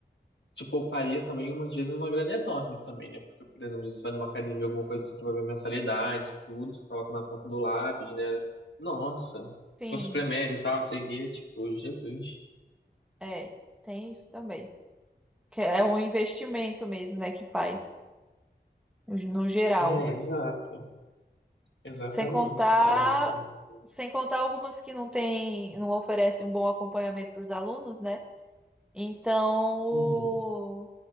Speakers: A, on the left; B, in the centre.
A: te pouparia também, umas vezes, uma grana enorme também, né? Porque, por exemplo, você vai numa academia, alguma coisa assim, você vai ver mensalidade, tudo, você coloca na ponta do lápis, né? Nossa,
B: sim,
A: com suplemento e tal, não sei o quê, tipo, Jesus.
B: é, tem isso também. que é um investimento mesmo, né, que faz no geral.
A: É, exato, exatamente,
B: Sem contar,
A: sabe? Então, assim,
B: sem contar algumas que não tem, não oferecem um bom acompanhamento para os alunos, né? Então o,
A: uhum.